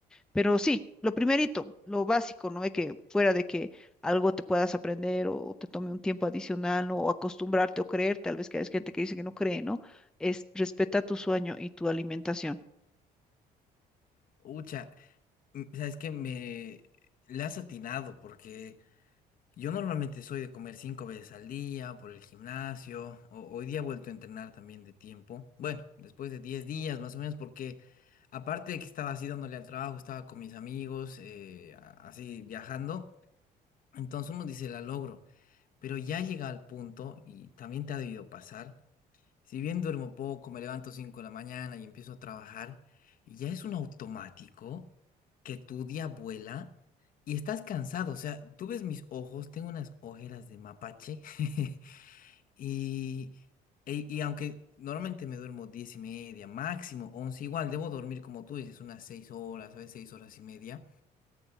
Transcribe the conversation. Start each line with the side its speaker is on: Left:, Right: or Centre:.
Centre: Pero sí, lo primerito, lo básico, no es que fuera de que algo te puedas aprender o te tome un tiempo adicional ¿no? o acostumbrarte o creer, tal vez que hay gente que dice que no cree, ¿no? Es respeta tu sueño y tu alimentación.
Left: Ucha, m- sabes que me le has atinado porque Yo normalmente soy de comer cinco veces al día por el gimnasio. o- hoy día he vuelto a entrenar también de tiempo. Bueno, después de 10 días más o menos, porque aparte de que estaba así dándole al trabajo, estaba con mis amigos, eh, a- así viajando. Entonces uno dice, la logro. Pero ya llega al punto, y también te ha debido pasar, si bien duermo poco, me levanto 5 de la mañana y empiezo a trabajar, ya es un automático que tu día vuela y estás cansado. O sea, tú ves mis ojos, tengo unas ojeras de mapache <laughs> y, e- y aunque normalmente me duermo 10 y media, máximo once igual debo dormir como tú dices, unas 6 horas, a veces 6 horas y media.